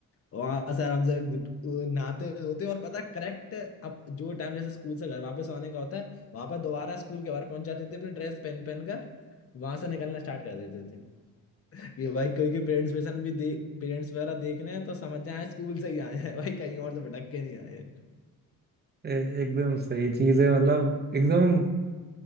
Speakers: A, on the left; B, on the right.
A: वहां से आराम से गुड- नहाते धोते और पता करेक्ट अब जो टाइम जैसे स्कूल से घर वापस आने का होता है वहां पर दोबारा स्कूल के बाहर पहुंच जाते थे अपनी ड्रेस पहन पहन कर वहां से निकलना स्टार्ट कर देते थे ये भाई कोई के पेरेंट्स पेशन भी दे पेरेंट्स वगैरह देख रहे हैं तो समझ जाए स्कूल से ही आए हैं <laughs> भाई कहीं और से भटक के नहीं आए
B: ए- एकदम सही चीज है मतलब एकदम